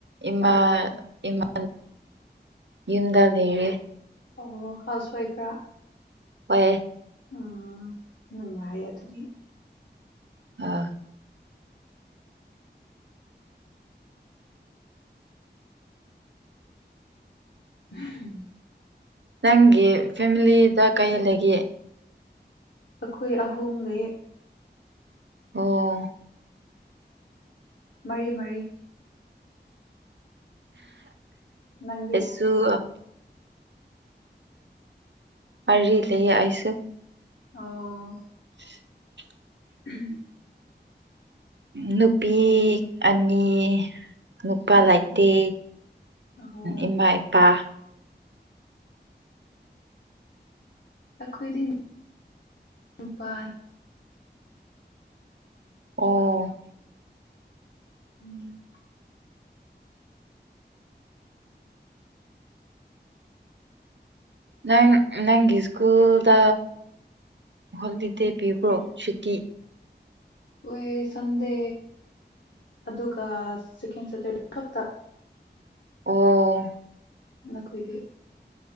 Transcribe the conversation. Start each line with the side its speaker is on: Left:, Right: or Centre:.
Right: ꯏꯃꯥ
Left: ꯑꯣ
Right: ꯏꯃ ꯌꯨꯝꯗ ꯂꯩꯔꯤ
Left: ꯑꯣ ꯍꯥꯎꯁ ꯋꯥꯏꯐ
Right: ꯍꯣꯏ
Left: ꯎꯝ ꯅꯨꯡꯉꯥꯏ ꯑꯗꯨꯗꯤ
Right: ꯑꯣ
Left: ꯎꯝ
Right: ꯅꯪꯒꯤ ꯐꯦꯃꯤꯂꯤꯗ ꯀꯩꯗꯒꯤ
Left: ꯑꯩꯈꯣꯏ ꯑꯍꯨꯝ ꯂꯩ
Right: ꯑꯣ
Left: ꯃꯔꯤ ꯃꯔꯤ ꯅꯪꯗꯤ
Right: ꯑꯁꯨꯁꯨ ꯑꯔꯤ ꯂꯩ ꯑꯩꯁꯨꯦ
Left: ꯑꯣ
Right: <unintelligible>
Left: ꯎꯝ
Right: ꯅꯨꯄꯤ ꯑꯅꯤ ꯅꯨꯄꯥ
Left: ꯎꯝ
Right: ꯂꯩꯥꯏꯇꯦ
Left: ꯑꯍꯣ
Right: ꯏꯃꯥ ꯏꯄꯥ
Left: ꯑꯈꯣꯏꯗꯤ ꯅꯨꯄꯥ
Right: ꯑꯣ
Left: ꯎꯝ
Right: ꯅꯪ ꯅꯪꯒꯤ ꯁ꯭ꯀꯨꯜꯗ ꯍꯣꯂꯤꯗꯦ ꯄꯤꯕ꯭ꯔꯣ ꯁꯨꯇꯤ
Left: ꯍ ꯁꯟꯗꯦ ꯑꯗꯨꯒ ꯁꯀꯦꯟꯇ ꯍꯛꯇ
Right: ꯑꯣ
Left: ꯅꯈꯣꯏꯗꯤ